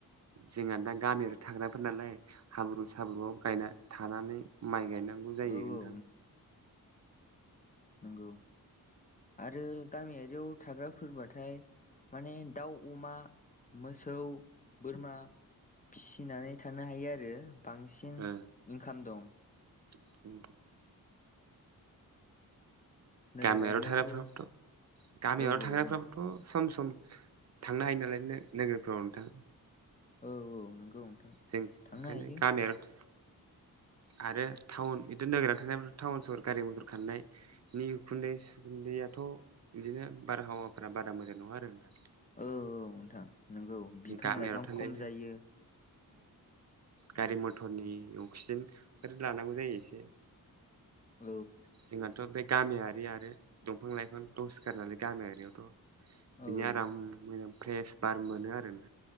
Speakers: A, on the right (about 45°); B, on the left (about 20°).
A: जोंहा दा गामियाव थाग्राफोर नालाय। हाब्रु साब्रुआव गायना थानानै माइ गायनांगौ जायो
B: औ औ
A: नोंथां।
B: नंगौ आरो गामियारियाव थाग्राफोरबाथाय माने दाउ अमा मोसौ बोरमा फिसिनानै थानो हायो आरो। बांसिन
A: ओ
B: इनकाम दं।
A: <inaudible>
B: नोगोरारियावथ'
A: गामियाव थाग्रा फोराबोथ' गामियाव
B: औ
A: थाग्रा
B: बुंलाय
A: फ्राबो थ' सम सम थांनो हायो नालाय नोगोरफ्राव नोंथां।
B: औ औ नंगौ नोंथां।
A: जों
B: थांनो
A: ओंखायनो
B: हायो
A: गामियाव आरो टाउन बिदि नोगोराव थानाय टाउन सहर गारि मथर खारनाय नि उखुन्दै सुखुन्दैयाथ' बिदिनो बारहावाफोरा बारा मोजां नङा आरो नोंथां।
B: औ औ नोंथां नंगौ बिफां
A: गामियाव
B: लाइफां
A: थानायनि
B: खम जायो।
A: गारि
B: औ
A: मथ अक्सिजेन लानांगौ जायो एसे
B: औ
A: जोंहाथ' बे गामियारि आरो दंफां लाइफां दसे सिखारनानै गामियारियावथ'
B: औ
A: बिनि आराम मोजां फ्रेस बार मोनो आरो।